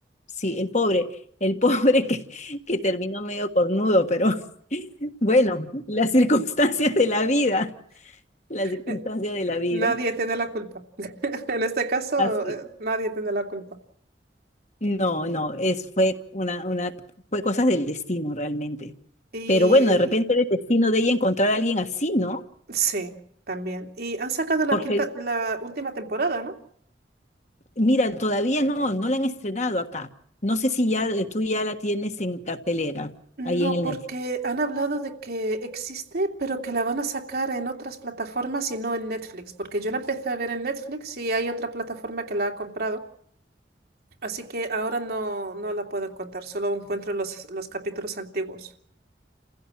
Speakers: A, on the left; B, on the right.
A: sí, el pobre. El <laughs> pobre que, que terminó medio cornudo, pero <laughs> bueno, las circunstancias de la vida, las circunstancias
B: Eh,
A: de la vida.
B: nadie tiene la culpa. <laughs> En este caso,
A: Así.
B: eh, nadie tiene la culpa.
A: No, no, es, fue una, una, fue cosas del destino realmente.
B: y
A: Pero bueno, de repente era el destino de ella encontrar a alguien así, ¿no?
B: Sí, también. Y han sacado la
A: Porque,
B: quinta, la última temporada, ¿no?
A: mira, todavía no, no la han estrenado acá. No sé si ya eh, tú ya la tienes en cartelera,
B: No,
A: ahí en el
B: porque
A: Netflix.
B: han hablado de que existe, pero que la van a sacar en otras plataformas y no en Netflix, porque yo la empecé a ver en Netflix y hay otra plataforma que la ha comprado, así que ahora no, no la puedo encontrar, solo encuentro los, los capítulos antiguos.